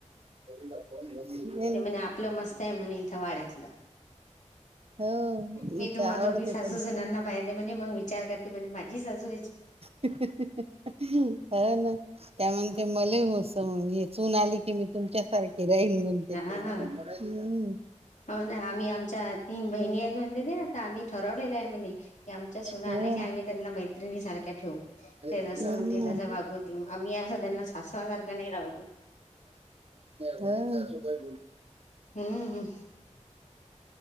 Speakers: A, on the right; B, on the left.
A: <unintelligible>
B: ते म्हणे आपलं मस्त आहे म्हणे इथं वाड्यात
A: हो
B: मी
A: इथं
B: तुम्हा
A: आवडते
B: दोघी सासू
A: त्यांना.
B: सुनाना बाहेर मग विचार करते पण माझी सासु
A: ह ना त्या म्ह ते मले मोसम घेत सून आली कि मी तुमच्या सारखी राहीन म्हणते
B: हा
A: हम्
B: हो ना आम्ही आमच्या तीन बहिणी आहेत म्हण आता आम्ही ठरवलेलं आहे म्ह की आमच्या सुना
A: हो.
B: आल्या की आम्ही त्यांना मैत्रिणी सारख्या ठेवू ते जसं
A: हम्म.
B: म्हणतील तसं वागू देऊ आम्ही असं त्यांना सातवा सारखं नाही राह देऊ
A: हो.
B: हम्म